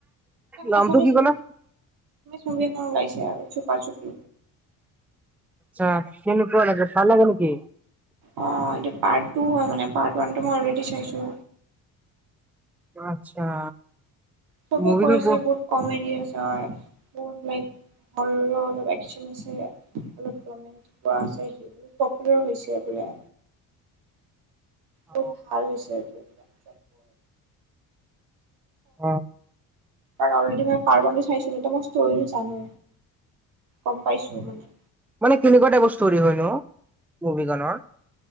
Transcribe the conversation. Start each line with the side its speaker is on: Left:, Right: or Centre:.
Centre: নামটো
Right: এছামিছ
Centre: কি ক'লা
Right: মুভি এখন ওলাইছে আৰু চুপা চুপি।
Centre: চা কেনেকুৱা লাগে। ভাল লাগে নেকি?
Right: অ', এইটো পাৰ্ট টু হয় মানে পাৰ্ট ওৱান টো মই অলৰেদি চাইছো।
Centre: আচ্ছা',
Right: চবে
Centre: মুভিখন
Right: কৈছে
Centre: ক
Right: বহুত কমেডি <unintelligible> হয়। বহুত লাইক ঘৰৰ অলপ একচন আছে। <unintelligible> <unintelligible> পপুলাৰ হৈছে। <unintelligible>
Centre: অ
Right: বহুত ভাল হৈছে। <unintelligible> <unintelligible>
Centre: অ
Right: অলৰেডি মই পাৰ্ত ওৱান টো চাইছো ন মই ষ্টৰিটো জানো। গম পাইছো। <unintelligible>
Centre: মানে কেনেকুৱা টাইপৰ ষ্টৰি হয়নো, মুভিখনৰ?